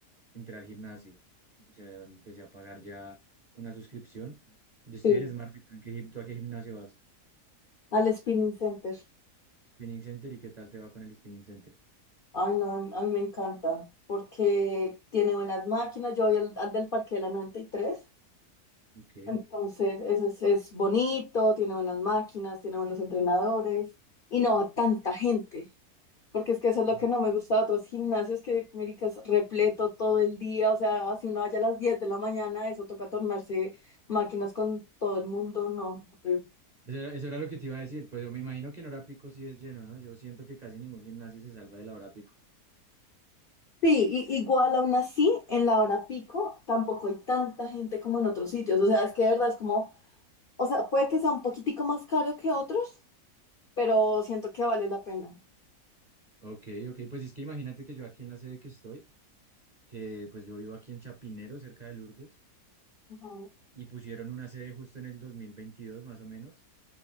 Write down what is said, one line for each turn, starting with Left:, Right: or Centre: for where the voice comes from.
Right: entré al gimnasio. O sea, empecé a pagar ya una suscripción. Yo estoy
Left: Sí,
Right: en SmartFit. ¿Tú, en qué, gim- tú a qué gimnasio vas?
Left: al Spinning Center.
Right: Spinning Center. ¿Y qué tal te va con el Spinning Center?
Left: Ay, no, a mí me encanta porque tiene buenas máquinas. Yo voy al, al del Parque de la noventa y tres
Right: Ok.
Left: Entonces, es, es, es bonito, tiene buenas máquinas, tiene buenos entrenadores y no a tanta gente, porque es que eso es lo
Right: Ujú.
Left: que no me gusta de otros gimnasios, que América es repleto todo el día, o sea, si uno vaya a las 10 de la mañana, eso toca tornarse máquinas con todo el mundo, no. horrible.
Right: Eso era, eso era lo que te iba a decir. Pues yo me imagino que en hora pico sí es lleno, ¿no? Yo siento que casi ningún gimnasio se salva de la hora pico.
Left: Sí, y- igual aún así, en la hora pico tampoco hay tanta gente como en otros sitios, o sea, es que de verdad es como, o sea, puede que sea un poquitico más caro que otros, pero siento que vale la pena.
Right: Ok, ok. Pues es que imagínate que yo aquí en la sede que estoy, que pues yo vivo aquí en Chapinero, cerca de Lourdes.
Left: Ajá,
Right: y pusieron una sede justo en el 2022 más o menos.